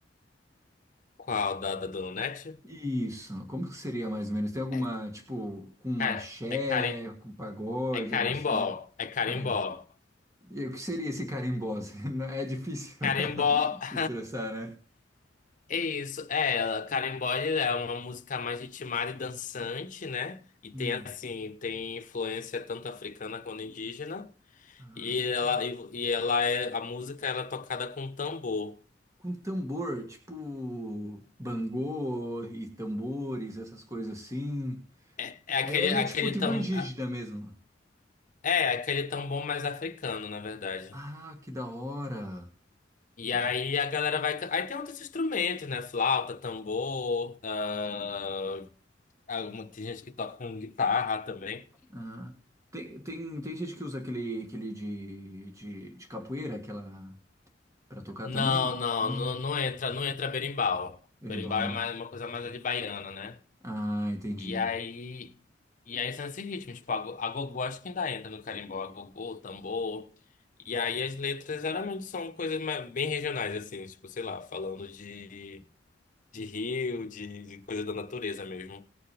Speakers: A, on the left (about 45°); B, on the right (about 15°).
A: Qual da, da Dononete?
B: Isso, como que seria mais ou menos? Tem alguma,
A: É,
B: tipo, com um
A: é,
B: axé,
A: é, cari,
B: com pagode,
A: é Carimbó.
B: algo assim?
A: É Carimbó.
B: Cara, e o que seria esse carimbó? <laughs> Não- É difícil
A: Carimbó.
B: <laughs>
A: <laughs>
B: expressar, né?
A: É isso, é ela. Karen Boy é uma música mais ritmada e dançante, né? E
B: Hum.
A: tem assim, tem influência tanto africana quanto indígena.
B: Ah.
A: E ela, e, e ela é a música ela é tocada com tambor.
B: Com tambor, tipo bangô e tambores, essas coisas assim.
A: É, é aquele
B: É, é meio
A: aquele
B: tipo tribo
A: tam,
B: indígena mesmo.
A: é aquele tambor mais africano, na verdade.
B: Ah, que da hora.
A: E
B: Que
A: aí
B: da-
A: a galera vai, can- aí tem outros instrumentos, né? Flauta, tambor, ah, alguma tem gente que toca com guitarra também.
B: Ah. Tem, tem, tem gente que usa aquele, aquele de, de, de capoeira, aquela pra tocar
A: Não,
B: também?
A: não,
B: Não,
A: não, não entra, não entra berimbau.
B: berimbau
A: Berimbau é
B: não.
A: mais, uma coisa mais ali baiana, né?
B: Ah, entendi.
A: E aí, e aí são esses ritmos, tipo, a, go- a gogó acho que ainda entra no carimbó, a gogô, tambor. E aí as letras geralmente são coisas mais- bem regionais, assim, tipo, sei lá, falando de, de rio, de, de coisa da natureza mesmo.